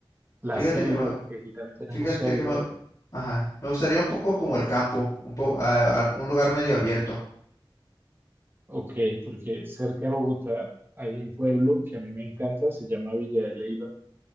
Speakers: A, on the right (about 25°); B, on the left (about 45°).
A: la
B: Fíjate
A: selva,
B: que me,
A: porque aquí también tenemos
B: fíjate
A: selva.
B: que me, ajá, me gustaría un poco como el campo, un po- a- a- un lugar medio abierto.
A: Ok, porque cerca de Bogotá hay un pueblo que a mí me encanta, se llama Villa de Leyva